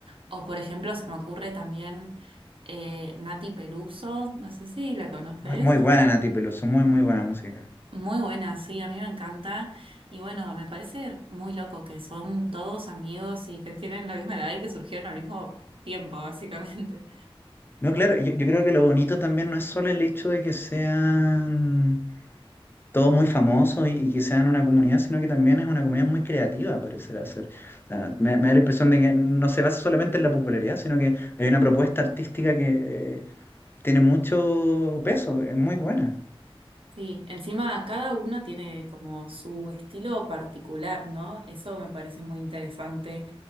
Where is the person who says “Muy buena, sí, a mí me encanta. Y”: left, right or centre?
Right